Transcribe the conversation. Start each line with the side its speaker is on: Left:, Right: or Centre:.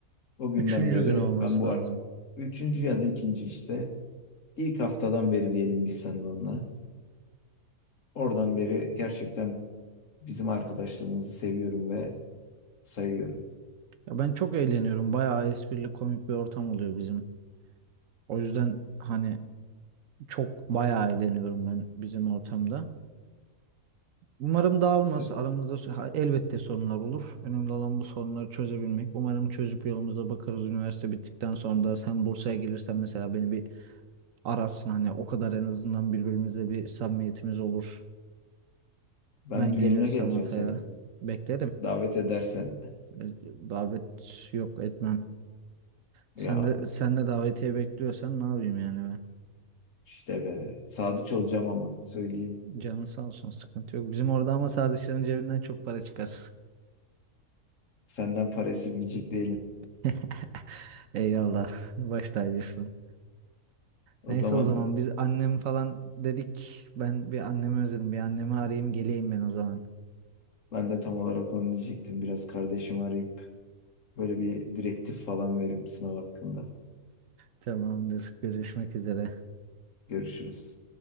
Left: O günden
Right: Üçüncü
Left: beri
Right: gün olması
Left: ben bu
Right: lazım.
Left: ar- üçüncü ya da ikinci işte ilk haftadan beri diyelim biz seninle onunla. Oradan beri gerçekten bizim arkadaşlığımızı seviyorum ve sayıyorum.
Right: Ya ben çok eğleniyorum. Bayağı esprili komik bir ortam oluyor bizim. O yüzden hani çok bayağı eğleniyorum ben bizim ortamda. Umarım dağılmaz.
Left: E,
Right: Aramızda so- ha, elbette sorunlar olur. Önemli olan bu sorunları çözebilmek. Umarım çözüp yolumuza bakarız. Üniversite bittikten sonra da sen Bursa'ya gelirsen mesela beni bir ararsın. Hani o kadar en azından birbirimize bir samimiyetimiz olur.
Left: Ben
Right: Ben
Left: düğününe
Right: gelirsem
Left: geleceğim
Right: Hatay'a
Left: senin.
Right: beklerim.
Left: Davet edersen
Right: E, Davet yok etmem. Sen
Left: ya
Right: de, sen de davetiye bekliyorsan ne yapayım yani ben?
Left: işte be sadıç olacağım ama söyleyeyim.
Right: Canın sağ olsun sıkıntı yok. Bizim orada ama sadece cebinden çok para çıkar.
Left: Senden para esirgeyecek değilim.
Right: <laughs> Eyvallah. Baş tacısın.
Left: O
Right: Neyse
Left: zaman
Right: o zaman biz annem falan dedik. Ben bir annemi özledim. Bir annemi arayayım geleyim ben o zaman.
Left: ben de tam olarak onu diyecektim. Biraz kardeşimi arayıp böyle bir direktif falan veririm sınav hakkında.
Right: Tamamdır. Görüşmek üzere.
Left: Görüşürüz.